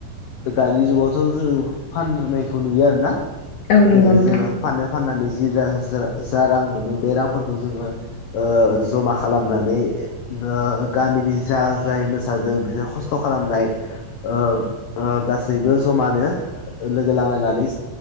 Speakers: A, on the left; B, on the left.
A: दानि जुगावथ' जों फाननायखौ नुयो आरो ना
B: औ नंगौ
A: जेरै
B: नोंथां
A: जोङो फाननो फाननानै जिरा जा रां मोनो बे रांफोरखौ जोङो ओ जमा खालामनानै ओ गामिनि जा जाय मोसादों बिसोर खस्थ' खालामनाय ओ ओ गासैबो जमानो लोगो लांलायनानै